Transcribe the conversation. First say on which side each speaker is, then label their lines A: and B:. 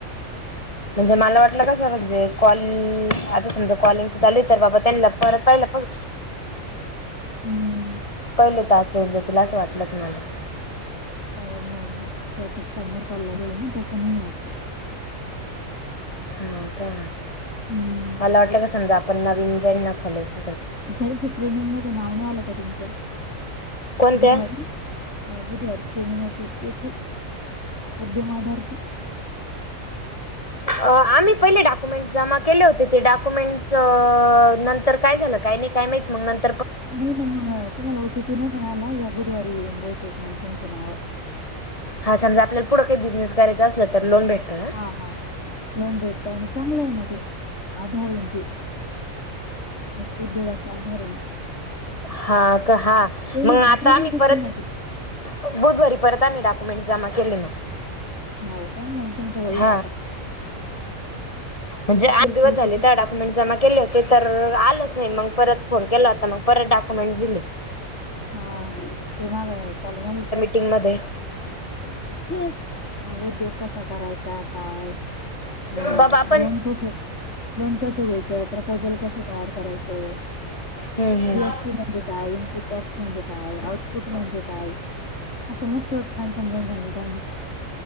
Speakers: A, on the left; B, on the left.
A: म्हणजे मला वाटलं कसं म्हणजे कॉल आता समजा कॉलिंगच चालू तर बाबा त्यांना परत पाहिल्यापासून
B: हम्म.
A: पहिले टास्क येऊन जातील असं वाटलं होतं मला.
B: अ नाही नाही ते आता समोर चालला गेलं ना तसं नाही वाटतं.
A: हा का?
B: हम्म
A: मला वाटलं का समजा आपण नवीन ज्यांना खोलायच
B: हेल्प ट्रेनिंग मध्ये नाव नाय आलं का तुमचं?
A: कोणत्या
B: बुधवारी अं बुधवारी ट्रेनिंग होती त्यांच्यी उद्यम आधारची.
A: अं आम्ही पहिले डाकुमेंट जमा केले होते ते डाकुमेंटच अं नंतर काय झालं? काही नाही काय माहित मग नंत
B: नाही ना मग तुम्हाला ओटी पी नसल आला या बुधवारी येईन बहुतेक मग तुमच्या नावा
A: हा समजा आपल्याला पुढं काही बिझनेस करायचां असला तर लोन भेटतं. का?
B: हा हा लोन भेटत आणि चांगलं आहे ना ते आधार आहेन ते. उद्योगाच आधार ना.
A: हा का हा
B: ट्रेनिंग
A: मंग आता
B: ट्रेनिंग
A: आम्ही
B: खूप
A: परत
B: छान होती
A: बुधवारी परत आम्ही डाकुमेंट जमा केले मंग.
B: हाव का? मग तुमचं होईल
A: हा
B: आता
A: म्हणजे
B: आता
A: आठ
B: तुमची
A: दिवस झाले,
B: किती-
A: त्या डाक्युमेंट जमा केले होते तर, आलंच नाही. मग परत फोन केला होता, मग परत डॉक्युमेंट दिले.
B: हा ते माग चालू झालयं की.
A: मिटिंगमध्ये
B: हेच, उद्योग कसा करायचा? काय? हा,
A: बाबा आपण
B: लोन कसंय? लोन कसं घ्यायचं? प्रपोजल कसं तयार करायचं?
A: हम्म हम्म
B: जी एस टी म्हणजे काय? टॅक्स म्हणजे काय? आउटपुट म्हणजे काय? हा, समस्त छान समज <unintelligible>